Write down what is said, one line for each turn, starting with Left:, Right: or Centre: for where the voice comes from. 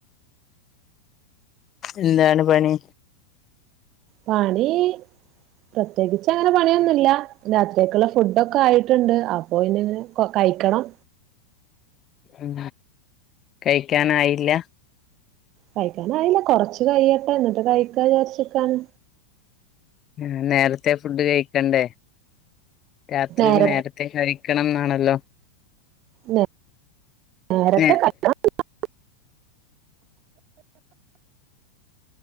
Left: എന്താണ് പണി
Right: പണി പ്രത്യേകിച്ച് അങ്ങനെ പണിയൊന്നുമില്ല രാത്രിയക്കുള്ള ഫുഡ ഒക്കെ ആയിട്ടുണ്ട് അപ്പോ പിന്നെ ഇങ്ങനെ കഴിക്കണം
Left: ഉം കഴിക്കാനായില്ല
Right: കഴിക്കാൻ ആയില്ല കൊറച്ച് കഴിയട്ടെ എന്നിട്ട് കഴിക്ക വിചാരിച്ച് നിക്കാണ്
Left: ആ നേരത്തെ ഫുഡ് കഴിക്കണ്ടേ രാത്രിയിൽ
Right: നേര
Left: നേരത്തെ കഴിക്കണം എന്നാണല്ലോ
Right: നേര നേരത്തെ
Left: ഹലോ
Right: കഴികണന്നില്ല